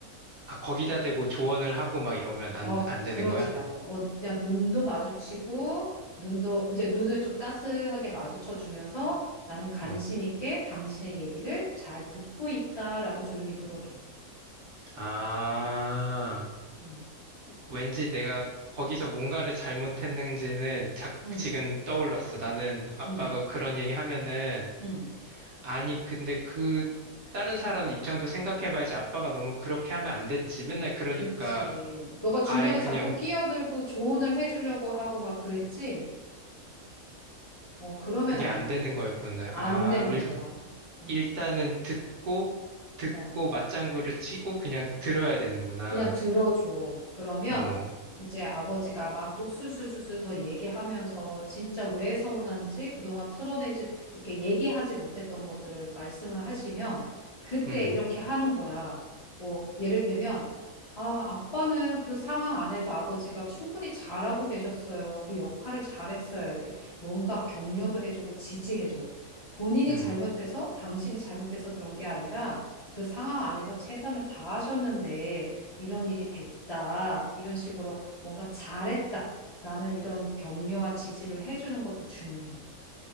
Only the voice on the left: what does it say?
어,
그러지
말고. 어, 그냥 눈도 마주치고, 눈도, 이제 눈을 좀 따스하게 마주쳐 주면서 나는 관심
있게 당신의 얘기를 잘 듣고 있다라고 조용히 들어줘.
음.
응,
응,
응.
그치.
그치. 너가 중간에
자꾸 끼어들고 조언을 해주려고 하고 막 그랬지? 어, 그러면
안
돼.
안
되는
거야. 음,
어.
그냥 들어줘. 그러면
이제 아버지가 막 또 술술술술 더 얘기하면서 진짜 왜 서운한지 그동안 틀어내지 이렇게 얘기하지 못했던 것들을 말씀을 하시면 그때
이렇게 하는 거야. 뭐 예를 들면 아, 아빠는 그 상황 안에서 아버지가 충분히 잘하고 계셨어요. 그 역할을 잘했어요. 이렇게 뭔가 격려도 해주고 지지해줘. 본인이
잘못해서 당신이 잘못해서 그런 게 아니라 그 상황 안에서 최선을 다하셨는데 이런 일이 됐다. 이런 식으로 뭔가 잘했다. 라는 이런 격려와 지지를 해주는 것도 중요해.